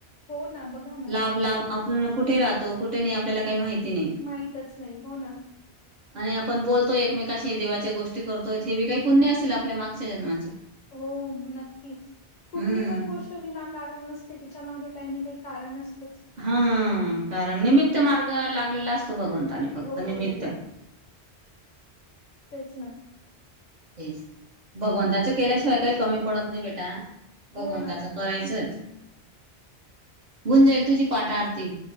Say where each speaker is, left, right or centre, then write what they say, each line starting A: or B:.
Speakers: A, on the left; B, on the right.
A: हो ना, बघा ना.
B: लाभ, लाभ, आपण कुठे राहतो, कुठे नाही, आपल्याला काही माहिती नाही.
A: माहीतच नाही. हो ना.
B: आणि आपण बोलतो एकमेकानं कशी देवाच्या गोष्टी करतोय, हे बी काही पुण्य असेल आपल्या मागच्या जन्माचे.
A: हो, नक्कीच कुठली
B: हम्म.
A: पण गोष्ट विना कारण कारण नसते, तिच्या मागे काही ना काही कारण असतात.
B: हा कारण निमित्त मार्ग लागलेला अस भगवंतानी फक्त
A: हो,
B: निमित्त
A: हो. तेच ना.
B: तेच, भगवंताच केल्याशिवाय काही कमी पडत नाही बेटा. भगवंत
A: हो ना.
B: करायचच, होऊन जाईल तुझी पाठ आरती.